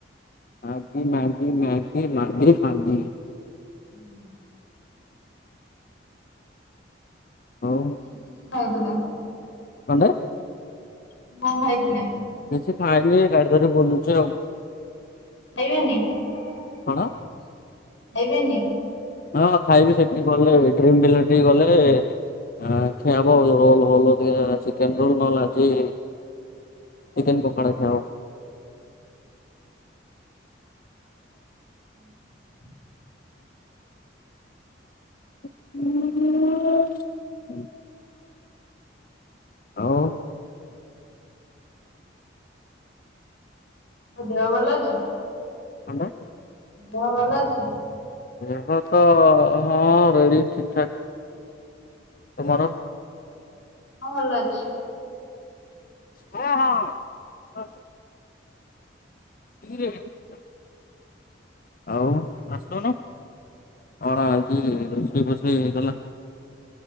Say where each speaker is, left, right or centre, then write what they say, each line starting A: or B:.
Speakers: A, on the left (about 45°); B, on the left (about 80°).
A: ମାଗି ମାଗି ମ୍ୟାଗି ମାଗି ମ୍ୟାଗି
B: ହୁଁ।
A: ହଉ।
B: ହୁଁ ହୁଁ ଖାଉଥିଲି
A: କଣ୍ଡେ
B: କଣ ଖାଇଥିଲେ?
A: କିଛି ଖାଇନି ଗାଡ଼ି ଧରି ବୁଲୁଛି ଆଉ।
B: ଖାଇବେନି ଖାଇବେନି?
A: କଣ? ହଁ ଖାଇବି ସେଠିକେ ଗଲେ ଡ୍ରିମ୍ ବିଲେ ଟିକେ ଗଲେ। ଆ ଖିଆବ ରୋଲ ଫୋଲ ଟିକେ ଚିକେନ ରୋଲ ନହେଲେ ଆଜି ଚିକେନ ପକଡା ଖିଆ ହେବ।
B: ହୁଁ।
A: ହ ହଁ <unintelligible> ଆଉ।
B: କ ଦେହ ଭଲ ଅଛି।
A: କଣ୍ଟେ
B: ଦେହ ଭଲ ଅଛି?
A: ଦେହ ତ ହଁ ରେଡି ଠିକଠାକ ତୁମର?
B: ହଁ ଭଲ ଅଛି।
A: ହଁ ହଁ। କୁଟି କିରେ ଆଉ ଆଶୁନୁ। କଣ ଆଜି ରୋଷେଇ ଫଷେଇ ହେଇଥିଲା?